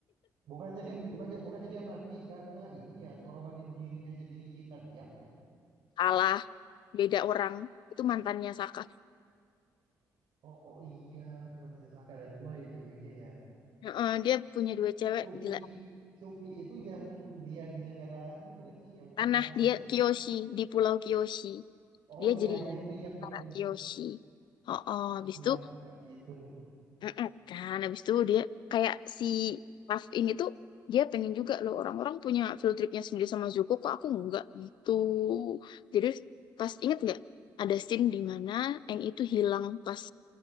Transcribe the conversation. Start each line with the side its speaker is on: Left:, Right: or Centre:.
Right: Bukannya dia bukannya bukannya dia mati karena ini ya ngorbanin dirinya jadi yin dan yang ya.
Left: kalah beda orang itu mantannya Saka
Right: Oh oh iya, cuma tanya Saka ada dua ya ceweknya ya.
Left: Heeh, dia punya dua cewek
Right: Suki
Left: gila
Right: Suki itu yang dia di negara ini bukan sih yang kipas
Left: tanah dia
Right: itu?
Left: kyoshi di Pulau kyoshi
Right: Oh
Left: dia
Right: iya
Left: jadi
Right: iya itu iya
Left: tentara
Right: iya.
Left: Kiyoshi oh habis
Right: Iya,
Left: itu
Right: yang kipas itu.
Left: heeh, kan habis itu dia kayak si Raf ini tuh dia pengen juga loh orang-orang punya field tripnya sendiri sama Zuko kok aku enggak gitu jadi pas inget nggak ada scene di mana Aang itu hilang pas